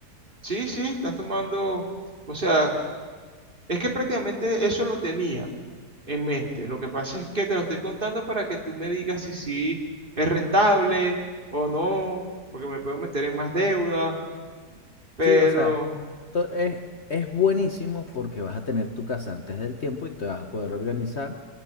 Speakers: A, on the right; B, on the left.
A: Sí, sí, estás tomando, o sea, Es que prácticamente eso lo tenía en mente. Lo que pasa es que te lo estoy contando para que tú me digas si sí es rentable o no, porque me puedo meter en más deuda, pero
B: Sí, o sea, to- es, es buenísimo porque vas a tener tu casa antes del tiempo y te vas a poder organizar